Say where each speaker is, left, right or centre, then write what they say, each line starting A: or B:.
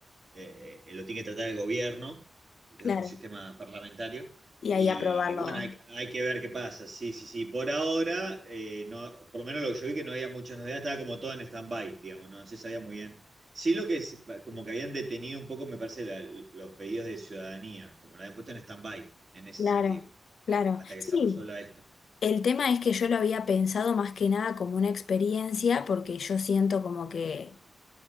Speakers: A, on the right; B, on the left.
A: eh, eh, lo tiene que tratar el gobierno, porque
B: claro.
A: es un sistema parlamentario.
B: Y ahí
A: Y
B: aprobarlo.
A: bueno, hay, hay que ver qué pasa. Sí, sí, sí. Por ahora, eh, no, por lo menos lo que yo vi que no había muchas novedades, estaba como todo en stand-by, digamos, no No se sabía muy bien. Sí, lo que es, como que habían detenido un poco, me parece, la- los pedidos de ciudadanía, como lo habían puesto en stand-by, en ese
B: Claro,
A: sentido,
B: claro.
A: hasta que
B: Sí.
A: se resuelva esto.
B: El tema es que yo lo había pensado más que nada como una experiencia, porque yo siento como que